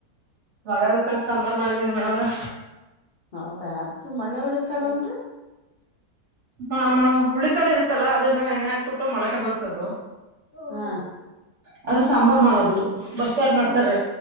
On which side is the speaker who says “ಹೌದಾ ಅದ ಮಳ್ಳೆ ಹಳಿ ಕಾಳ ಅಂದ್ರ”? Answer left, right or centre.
Left